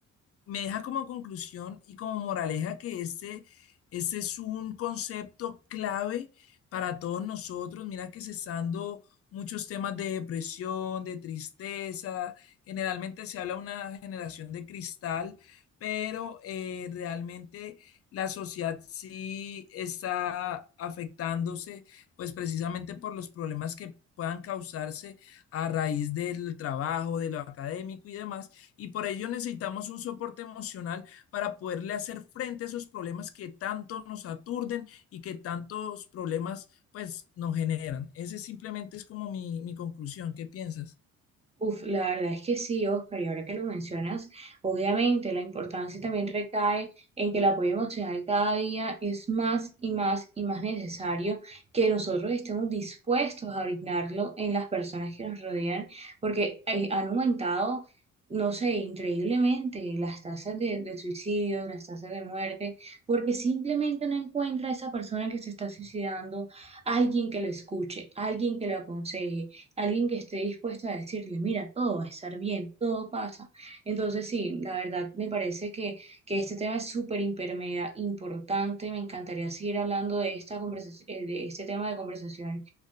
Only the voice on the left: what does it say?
me deja como conclusión y como moraleja que ese, ese es un concepto clave para todos nosotros. Mira que cesando muchos temas de depresión, de tristeza, generalmente se habla de una generación de cristal, pero eh, realmente la sociedad sí está afectándose, pues precisamente por los problemas que puedan causarse a raíz del trabajo, de lo académico y demás. Y por ello necesitamos un soporte emocional para poderle hacer frente a esos problemas que tanto nos aturden y que tantos problemas pues nos generan. Ese simplemente es como mi, mi conclusión. ¿Qué piensas?